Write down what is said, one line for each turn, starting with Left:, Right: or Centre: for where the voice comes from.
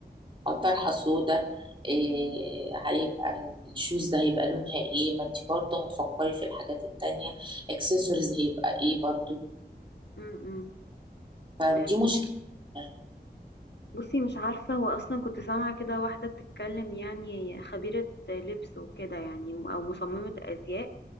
Right: آه، طرحة سودا إيه هيبقى ال- الشوز ده هيبقى لونها ايه ما انت برضه هتفكري في الحاجات التانية اكسسوارز هيبقى ايه برضه
Left: امم
Right: فدي
Left: آه،
Right: مشكلة يعني.
Left: بصي مش عارفه هو اصلا كنت سامعه كده واحده بتتكلم يعني خبيره لبس وكده يعني او مصممه ازياء